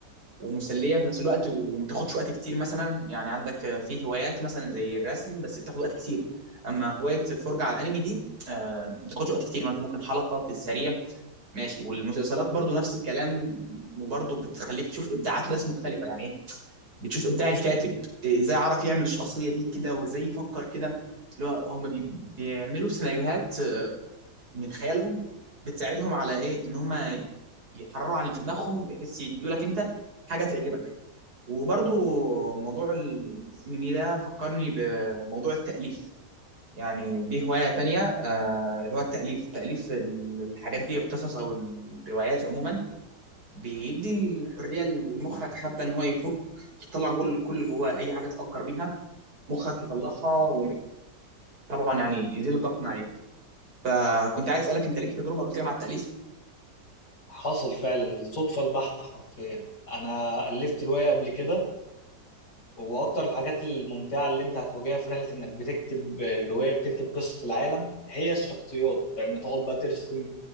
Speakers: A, on the right (about 60°); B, on the left (about 70°).
A: ومسليه في نفس الوقت وما بتاخدش وقت كتير مثلا يعني عندك في هوايات مثلا زي الرسم بس بتاخد وقت كتير اما هوايه الفرجه على الانمي دي آه، ما بتاخدش وقت كتير ما انت ممكن حلقه في السريع ماشي والمسلسلات برضو نفس الكلام وبرضو بتخليك تشوف ابداعات ناس مختلفه يعني ايه بتشوف ابداع الكاتب ازاي عرف يعمل الشخصيه دي كده وازاي يفكر كده اللي هو هم بي- بيعملوا سيناريوهات من خيالهم بتساعدهم على ايه ان هم يحرروا عن اللي في دماغهم بحيث يدوا لك انت حاجه تعجبك وبرضو موضوع الانمي ده فكرني بموضوع التاليف يعني دي هوايه تانية آه اللي هو التاليف تاليف الحاجات دي القصص او الروايات عموما بيدي الحريه لمخك حابه ان هو يفك تطلع كل كل جواه اي حاجه تفكر بيها مخك يطلعها وطبعا يعني يزيل الضغط من عليه آه كنت عايز اسالك انت ليك تجربه قبل كده مع التاليف
B: حصل فعلا للصدفة البحتة حرفيا انا ألفت رواية قبل كده هو اكتر الحاجات الممتعه اللي انت هتواجهها في رحله انك بتكتب الروايه بتكتب قصه العالم هي الشخصيات فاهم تقعد بقى ترسم